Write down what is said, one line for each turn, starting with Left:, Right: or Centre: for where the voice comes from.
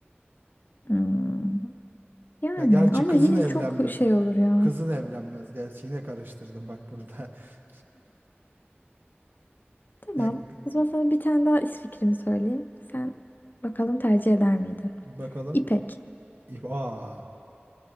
Left: Hmm, Yani
Right: Ya gerçi
Left: ama
Right: kızın
Left: yine
Right: evlenme.
Left: çok şey olur ya.
Right: Kızın evlenmez. Gerçi yine karıştırdım bak burada. <laughs>
Left: Tamam.
Right: Yani
Left: O zaman sana bir tane daha is fikrimi söyleyeyim. Sen bakalım tercih eder miydin?
Right: bakalım.
Left: İpek.
Right: İp, aa.